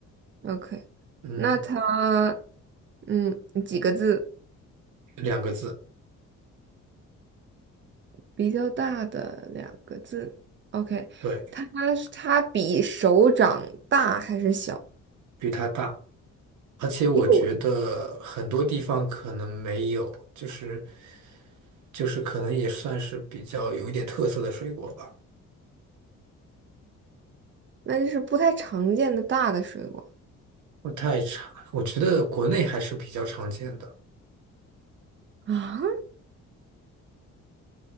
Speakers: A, on the right (about 40°); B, on the right (about 75°).
A: ？OK，
B: 嗯，
A: 那它嗯几个字？
B: 两个字，
A: 比较大的两个字。OK，
B: 对，
A: 它它比手掌大还是小？
B: 比它大，而且我觉得很多地方可能没有，
A: 有，
B: 就是就是可能也算是比较有一点特色的水果吧，
A: 那就是不太常见的大的水果
B: 不太常，我觉得国内还是比较常见的。
A: 啊。